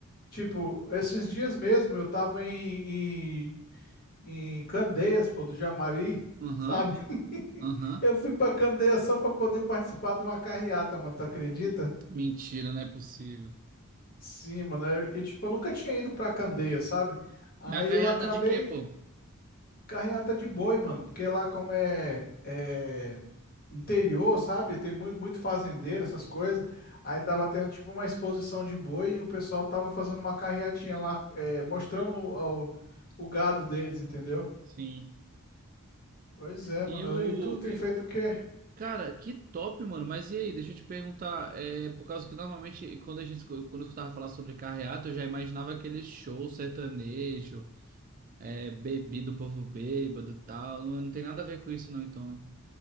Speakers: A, on the left; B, on the right.
A: Tipo, esses dias mesmo eu tava em, em, em Candeias, pô, do Jamari,
B: Aham,
A: sabe? <laughs>
B: aham.
A: Eu fui pra Candeias só pra poder participar de uma carreata, mano, tu acredita?
B: Mentira, não é possível.
A: Sim, mano, eu, eu, tipo, eu nunca tinha ido pra Candeia sabe? Aí
B: Na carreata
A: eu acabei,
B: de quê, pô?
A: Carreata de boi, mano, porque lá como é, é interior, sabe? Tem muito, muito fazendeiro, essas coisas. Aí tava tendo tipo uma exposição de boi e o pessoal tava fazendo uma carreatinha lá, é, mostrando o, o, o gado deles, entendeu?
B: Sim.
A: Pois é,
B: E
A: mano.
B: o.
A: E tu tem
B: e-
A: feito o quê?
B: cara, que top, mano. Mas e aí, deixa eu te perguntar. É, por causa que normalmente, quando a gente escu- quando eu escutava falar sobre carreata, eu já imaginava aquele show sertanejo, é, bebido, povo bêbado e tal. Não, não tem nada a ver com isso, não, então, né?